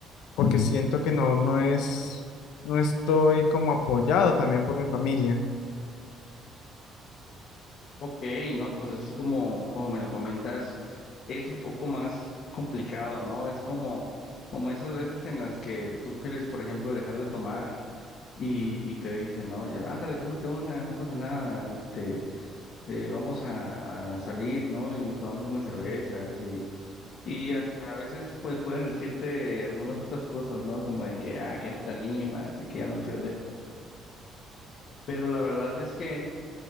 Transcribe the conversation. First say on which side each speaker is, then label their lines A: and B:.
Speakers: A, on the left; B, on the left.
A: porque Ujú. siento que no, no es, no estoy como apoyado también por mi familia.
B: Ok, ¿no? Pues así como, como me lo comentas, es un poco más complicado, ¿no? Es como, como esas veces en las que tú quieres, por ejemplo, dejar de tomar. y, y te dicen, ¿no? Oye, ándale, tómate una, no pasa nada, este, eh, vamos a, a salir, ¿no? Y nos tomamos unas cervezas y, y hasta a veces pues pueden decirte algunas otras cosas, ¿no? Como de que, ah, que no te animas y que ya no se de- Pero la verdad es que,